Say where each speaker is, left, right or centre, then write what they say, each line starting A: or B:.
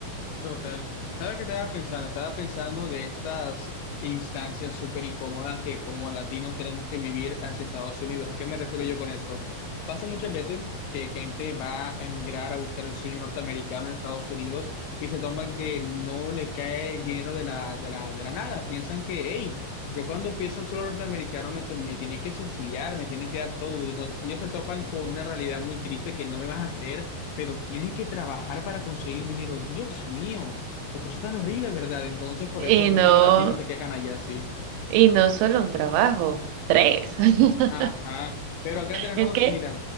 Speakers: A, on the left; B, on the right.
A: Total. ¿Sabes qué estaba pensando? Estaba pensando de estas instancias súper incómodas que como latinos tenemos que vivir hacia Estados Unidos. ¿A qué me refiero yo con esto? Pasa muchas veces que gente va a emigrar a buscar el sueño norteamericano en Estados Unidos y se toman que no le cae el dinero de la, de la, de la nada. Piensan que, hey, yo cuando empiezo el solo norteamericano me, tu- me tienen que subsidiar, me tienen que dar todo. Y no- ellos se topan con una realidad muy triste que no me vas a creer pero tienen que trabajar para conseguir dinero. Dios mío, qué cosa tan horrible, ¿verdad? Entonces, por
B: y
A: eso muchos
B: no
A: latinos se quejan allá, sí.
B: y no solo un trabajo, tres. <laughs>
A: Ajá, pero acá entre
B: Es
A: nos,
B: que
A: mira,